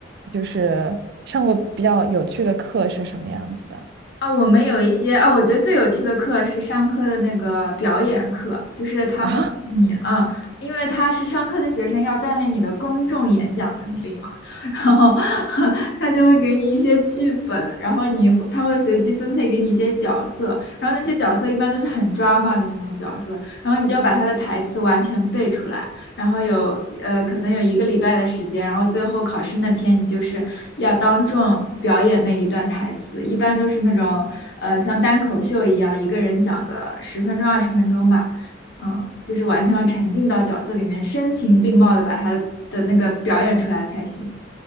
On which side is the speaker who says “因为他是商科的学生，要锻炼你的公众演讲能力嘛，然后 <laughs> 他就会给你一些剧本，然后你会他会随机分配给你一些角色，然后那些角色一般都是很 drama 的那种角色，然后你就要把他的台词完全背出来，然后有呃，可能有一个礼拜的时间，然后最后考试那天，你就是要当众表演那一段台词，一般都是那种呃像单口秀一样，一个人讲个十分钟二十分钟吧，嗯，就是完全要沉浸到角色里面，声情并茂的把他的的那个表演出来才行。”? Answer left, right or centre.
Left